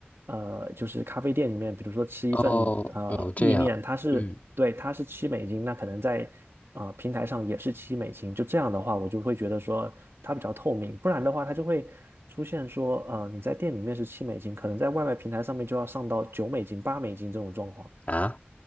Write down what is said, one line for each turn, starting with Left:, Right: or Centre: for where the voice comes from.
Right: 呃就是咖啡店里面，比如说吃一份呃意面，
Left: 哦哦，这样，
Right: 它是对它是七美金，
Left: 嗯
Right: 那可能在啊、呃平台上也是七美金，就这样的话，我就会觉得说它比较透明，不然的话它就会出现说呃你在店里面是七美金，可能在外卖平台上面就要上到九美金、八美金这种状况。
Left: 啊，